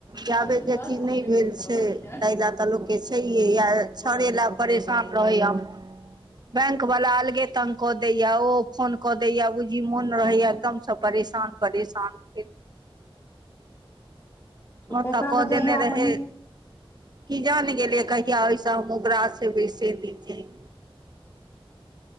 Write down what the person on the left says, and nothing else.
फालतू
बात
सुनबे
करऽ
लगै छै
ऑडियो रिकॉर्ड
होइ छै
ओकरा
जहिया
अपन नीक